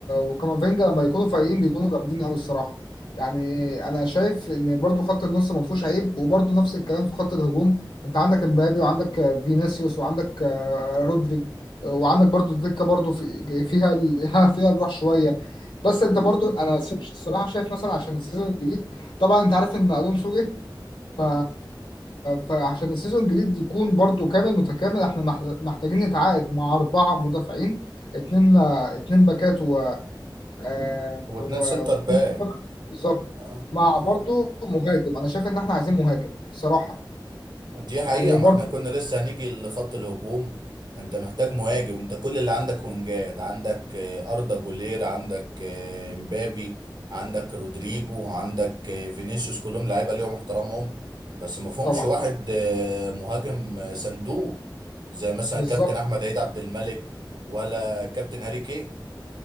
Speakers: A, on the left (about 75°); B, on the right (about 60°).
A: وكامافينجا لما يكونوا فايقين بيكونوا جامدين قوي الصراحه يعني انا شايف ان برضو خط النص ما فيهوش عيب وبرضو نفس الكلام في خط الهجوم انت عندك امبابي وعندك فينيسيوس وعندك آه، رودري وعندك برضو الدكه برضو في... فيها ال... <laughs> فيها الروح شويه بس انت برضو انا الصراحه شايف مثلا عشان السيزون الجديد طبعا انت عارف ان الونسو جه ف... فعشان السيزون الجديد يكون برضو كامل متكامل احنا مح- محتاجين نتعاقد مع أربعة مدافعين اتنين اتنين باكات و آه،
B: هو
A: و-
B: اتنين سنتر
A: واتنين
B: باك
A: مهاجم. بالظبط
B: اه
A: مع
B: اه
A: برضو مهاجم أنا شايف إن احنا عايزين مهاجم بصراحة
B: دي حقيقة
A: يعني
B: ما
A: برضو
B: احنا كنا لسه هنيجي لخط الهجوم انت محتاج مهاجم انت كل اللي عندك وينجات عندك آه، أردا جولير عندك آه، مبابي عندك رودريجو عندك آه، فينيسيوس كلهم لعيبة ليهم احترامهم بس ما فيهمش
A: طبعا
B: واحد آه، مهاجم آه، صندوق زي مثلا
A: بالظبط
B: كابتن أحمد عيد عبد الملك ولا كابتن هاري كين